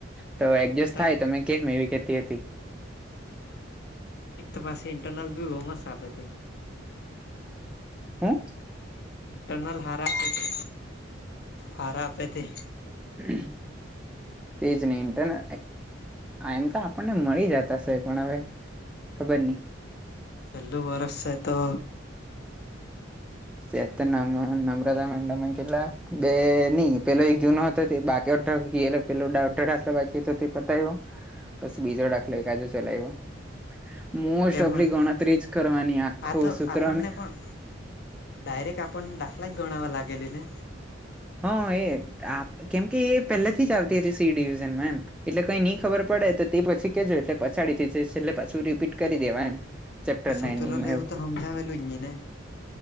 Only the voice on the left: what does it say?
અને
ઇન્ટર
હ હા. એક તો પાસી ઇન્ટનલસ બહુ મત સાફે હતી.
ઇન્ટરનાલ હારા આપે તે હારા આપે તે.
ચલ્લુ વર્ષે તો.
કેમ
આ
તો
આપણને
પણ ડાયરેક્ટ આપણ દાખલા જ ગોણાવવા લાગેલ ને.
તો સુત્ર
રહેવું
તો સમજાવેલું જ ની ને